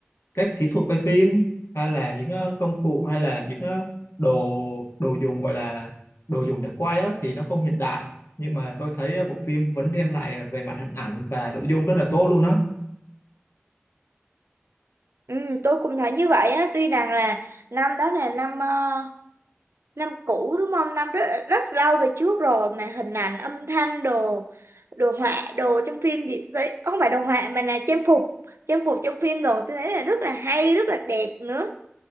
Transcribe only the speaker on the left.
các kỹ thuật quay phim hay là những ờ, công cụ hay là những ờ, đồ đồ dùng gọi là đồ dùng để quay á thì nó không hiện đại nhưng mà tôi thấy ờ, bộ phim vẫn đem lại ờ, về mặt hình ảnh và nội dung rất là tốt luôn á